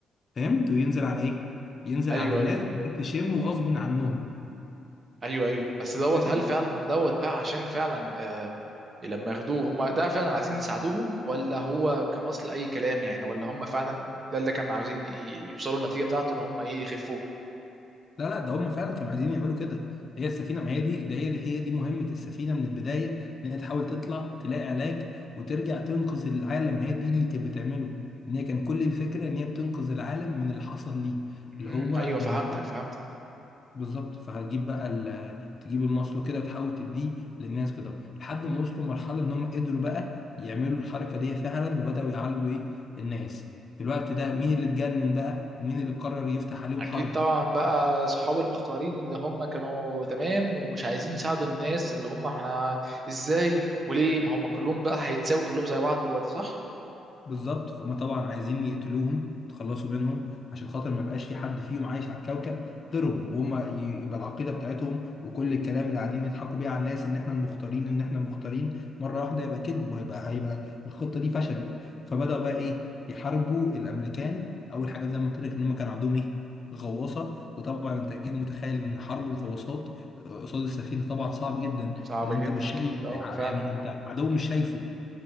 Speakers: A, on the left; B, on the right.
A: فهمت وينزل على ايه ينزل
B: ايوه
A: على الناس
B: ايوه
A: ويشموا غصب عنهم
B: ايوه ايوه بس دوت
A: فاكر؟
B: هل فعلا دوت بقى عشان فعلا آه، لما ياخدوه هم ده فعلا عايزين يساعدوهم ولا هو كمصل اي كلام يعني ولا هم فعلا ده اللي كانوا عاوزين ي- يوصلوا النتيجه بتاعته ان هم ايه يخفوه
A: لا لا ده هم فعلا كانوا عايزين يعملوا كده هي السفينه ما هي دي ده هي هي دي مهمه السفينه من البدايه ان هي تحاول تطلع تلاقي علاج وترجع تنقذ العالم هي دي اللي كانت بتعمله ان هي كان كل الفكره ان هي بتنقذ العالم من اللي حصل ليه
B: امم
A: اللي هو
B: ايوه
A: انا
B: فهمتك
A: هروح
B: فهمتك
A: بالظبط فهتجيب بقى ال- تجيب المصل كده وتحاول تديه للناس كده لحد ما وصلوا لمرحله ان هم قدروا بقى يعملوا الحركه دي فعلا وبداوا يعالجوا ايه الناس في الوقت ده مين اللي اتجنن بقى ومين اللي قرر يفتح عليهم
B: اكيد
A: حرب
B: طبعا بقى اصحاب المختارين اللي هم كانوا تمام ومش عايزين يساعدوا الناس اللي هم احنا ازاي وليه ما هم كلهم بقى هيتساووا كلهم زي بعض دلوقتي صح
A: بالظبط فهم طبعا عايزين يقتلوهم تخلصوا منهم عشان خاطر ما يبقاش في حد فيهم عايش على الكوكب غيرهم وهم ي- يبقى العقيدة بتاعتهم وكل الكلام اللي قاعدين يضحكوا بيه على الناس ان احنا المختارين ان احنا المختارين مرة واحدة يبقى كذب وهيبقى هيبقى الخطة دي فشلت فبدأوا بقى ايه يحاربوا الامريكان اول حاجة زي ما قلت لك ان هم كان عندهم ايه غواصة وطبعا انت اكيد متخيل ان حرب الغواصات آه، قصاد السفينة طبعا صعب جدا
B: صعب
A: ان
B: جدا
A: انت مش
B: اكيد
A: شايف يعني
B: اه فعلا
A: انت عدو مش شايفه